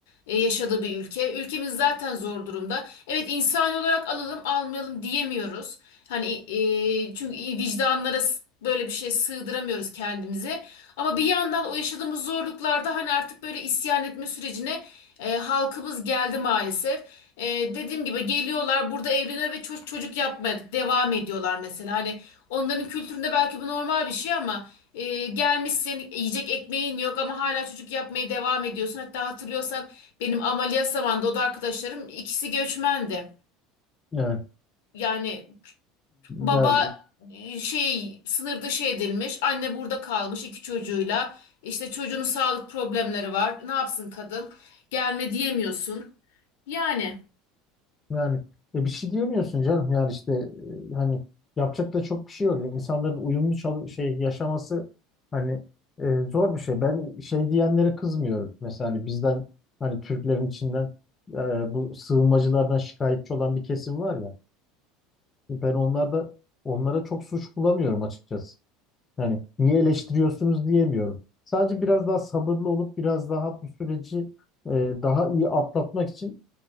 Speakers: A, on the left; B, on the left.
A: e, yaşadığı bir ülke. Ülkemiz zaten zor durumda. Evet insan olarak alalım almayalım diyemiyoruz. Hani e, çünkü vicdanlara s- böyle bir şey sığdıramıyoruz kendimize. Ama bir yandan o yaşadığımız zorluklarda hani artık böyle isyan etme sürecine e, halkımız geldi maalesef. E, dediğim gibi geliyorlar burada evleniyor ve çocuk çocuk yapmaya devam ediyorlar mesela. Hani Onların kültüründe belki bu normal bir şey ama e, gelmişsin yiyecek ekmeğin yok ama hala çocuk yapmaya devam ediyorsun. Hatta hatırlıyorsan benim ameliyat zamanında o da arkadaşlarım ikisi göçmendi.
B: Evet.
A: Yani baba
B: Ya
A: e, şey sınır dışı edilmiş anne burada kalmış iki çocuğuyla işte çocuğunun sağlık problemleri var ne yapsın kadın gelme diyemiyorsun. Yani
B: Yani e, bir şey diyemiyorsun canım. Yani işte e, hani yapacak da çok bir şey yok. İnsanların uyumlu çalı- şey yaşaması hani e, zor bir şey. Ben şey diyenlere kızmıyorum. Mesela hani bizden hani Türklerin içinden e, bu sığınmacılardan şikayetçi olan bir kesim var ya. Ben onlarda onlara çok suç bulamıyorum açıkçası. Yani niye eleştiriyorsunuz diyemiyorum. Sadece biraz daha sabırlı olup biraz daha bu süreci e, daha iyi atlatmak için